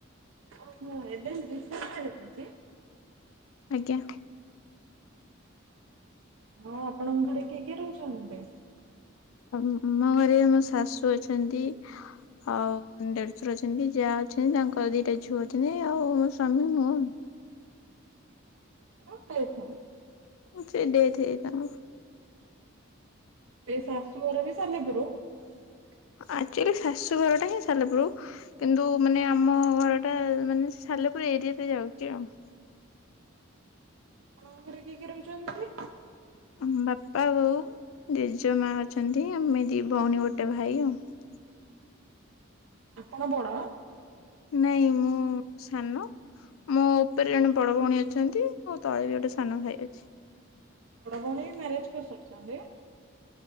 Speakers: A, on the right; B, on the left.
A: ଓହୋ ଏବେ ଏବେ ରିସେଣ୍ଟ ମ୍ୟାରେଜ ହେଇଚି?
B: ଆଜ୍ଞା।
A: ଆଉ ଆପଣଙ୍କ ଘରେ କିଏ କିଏ ରହୁଚନ୍ତି?
B: ଆମ ଘରେ ଆମ ଶାଶୁ ଅଛନ୍ତି ଆଉ ଦେଢସୁର ଅଛନ୍ତି ଯାଆ ଅଛନ୍ତି ତାଙ୍କର ଦିଟା ଝୁଅ ଅଛନ୍ତି ଆଉ ମୋ ସ୍ଵାମୀ ମୁଁ ଆଉ ।
A: ଶଶୁର ଡେଥ?
B: ସେ ଡେଥ ହେଇଯାଇଛି ତାଙ୍କର ।
A: ଏ ଶାଶୁଘର ବି ସାଲେପୁର ।
B: ଆକ୍ଚୁଆଲି ଶାଶୁ ଘରଟା ହିଁ ସାଲପୁର କିନ୍ତୁ ମାନେ ଆମ ଘରଟା ମାନେ ସାଲେପୁର ଏରିଆରେ ଯାଉଛି ଆଉ ।
A: ଆପଣଙ୍କ ଘରେ କିଏ କିଏ ରହୁଛନ୍ତି?
B: ଆମ ବାପା ବୋଉ ଜେଜେମା ଅଛନ୍ତି ଆମେ ଦି ଭଉଣୀ ଗୋଟେ ଭାଇ ଆଉ ।
A: ଆପଣ ବଡ?
B: ନାଇଁ ମୁଁ ସାନ। ମୋ ଉପରେ ଜଣେ ବଡ ଭଉଣୀ ଅଛନ୍ତି ମୋ ତଳେ ବି ଗୋଟେ ସାନ ଭାଇ ଅଛି ।
A: ବଡ ଭଉଣୀ ମ୍ୟାରେଜ କରିସାରିଛନ୍ତି?